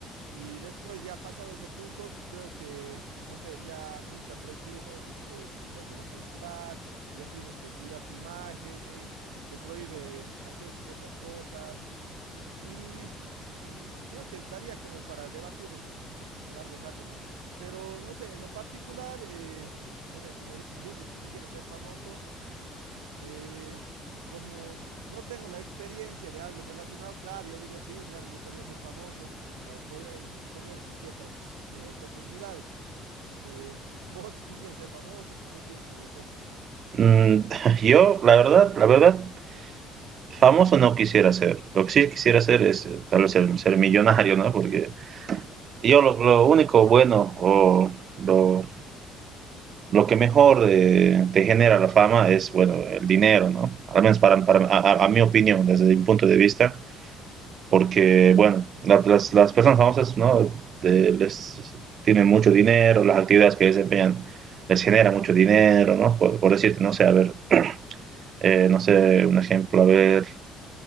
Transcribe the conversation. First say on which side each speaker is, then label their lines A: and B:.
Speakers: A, on the right; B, on the right.
A: y después ya pasado ese punto, creo que, no sé, ya mucha presión eh, sobre la sociedad, ya tienes que cuidar tu imagen, te prohíbe hacer ciertas cosas. Y mm, creo que daría como para debatir un, un largo rato, ¿no? Pero no sé, en lo particular, eh, no sé, si me <laughs> dices quisiera ser famoso, eh, como no tengo la experiencia de algo relacionado, claro, yo diría sí, mira, me gustaría ser famoso para poder tener ciertas eh, oportunidades. Eh, ¿vos quisieras ser famoso? ¿Qué piensas al respecto?
B: Mm, <laughs> yo, la verdad, la verdad, famoso no quisiera ser. Lo que sí quisiera ser es eh, tal vez ser, ser millonario, ¿no? Porque yo lo, lo único bueno o lo lo que mejor eh, te genera la fama es, bueno, el dinero, ¿no? Al menos para, para a, a, mi opinión, desde mi punto de vista, porque, bueno, la, las, las, personas famosas, ¿no? De, les tienen mucho dinero, las actividades que desempeñan les genera mucho dinero, ¿no? Por, por decirte, no sé, a ver, eh, no sé, un ejemplo, a ver,